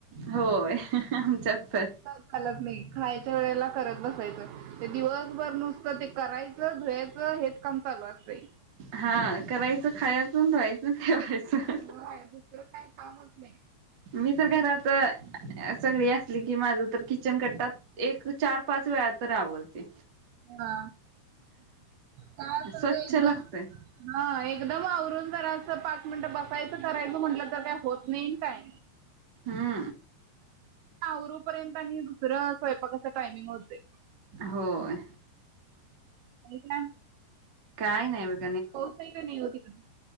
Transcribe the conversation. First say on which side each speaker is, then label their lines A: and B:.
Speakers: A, on the right; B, on the right.
A: होय. <unintelligible> आमच्यात पण.
B: हालत नाही. खायच्या वेळेला करत बसायचं. ते दिवसभर नुसतं, ते करायचं, धुयायचं. हेच काम चालू असतय.
A: हा. करायच. खायाच, न धुवायचं, न ठेवायचं.
B: होय. दुसरं काही कामच नाही.
A: मी तर घरात. सगळी असली की माझ तर किचन कट्टा एक चार पाच वेळा तर आवरते.
B: हा काय असेल
A: स्वच्छ
B: त एकदम
A: लागतय
B: म एकदम आवरून जरा असं पाच मिनटं बसायचं करायचं म्हटलं तर काय होत नाही काय
A: हा
B: वरूपर्यंत आणि दुसरं स्वयंपाकां टायमिंग होतय.
A: होय.
B: आणि काय.
A: काय नाही बग.
B: पाऊस हाय काय नाही हो तीकड.